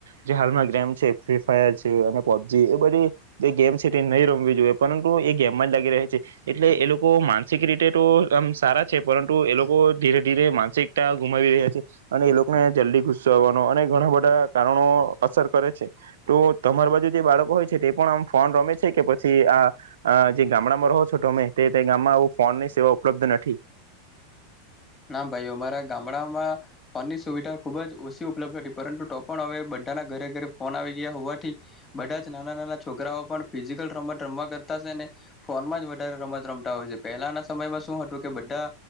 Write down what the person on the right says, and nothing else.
જે હાલમાં ગેમ છે ફ્રી ફાયર છે અને પબજી એ બધી જે ગેમ છે તે નહીં રમવી જોઈએ પરંતુ એ ગેમમાં જ લાગી રહે છે એટલે એ લોકો માનસિક રીતે તો આમ સારા છે પરંતુ એ લોકો ધીરે ધીરે માનસિકતા ગુમાવી રહ્યા છે. અને એ લોકોને જલ્દી ગુસવાનો અને ઘણા બધા કારણો અસર કરે છે તો તમારી બાજુ જે બાળકો હોય છે તે પણ આમ ફોન રમે છે કે પછી આ જે ગામડામાં રહો છો તમે તે ગામમાં આવ ફોનની સેવા ઉપલબ્ધ નથી.